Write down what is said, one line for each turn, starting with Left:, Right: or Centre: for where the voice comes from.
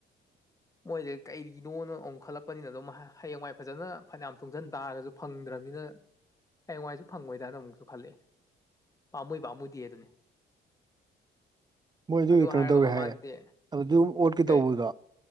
Right: <inaudible>
Left: ꯃꯣꯏꯁꯦ ꯀꯩꯒꯤꯅꯣꯅ ꯑꯃꯨꯛ ꯈꯜꯂꯛꯄꯅꯤꯅ ꯑꯗꯨꯝ ꯍꯌꯦꯡꯋꯥꯏ ꯐꯖꯅ ꯐꯅꯌꯥꯝ ꯇꯨꯡꯁꯤꯟ ꯇꯥꯔꯒꯁꯨ ꯐꯪꯗ꯭ꯔꯕꯅꯤꯅ ꯍꯌꯦꯡꯋꯥꯏꯁꯨ ꯐꯪꯉꯣꯏꯗꯅ ꯑꯃꯨꯛꯁꯨ ꯈꯜꯂꯛꯑ ꯄꯥꯝꯃꯨꯏ ꯄꯥꯝꯃꯨꯗꯦꯗꯨꯅꯤ
Right: ꯃꯣꯏ ꯑꯗꯨꯒꯤ
Left: ꯑꯗꯨ
Right: ꯀꯩꯅꯣ
Left: ꯍꯥꯏꯔꯒ
Right: ꯇꯧꯋꯦ
Left: ꯃꯃꯥꯡꯗꯗꯤ
Right: ꯍꯥꯏꯌꯦ ꯑꯗꯨꯝ ꯑꯣꯠꯀꯦ ꯇꯧꯕꯗꯣ
Left: ꯀꯩ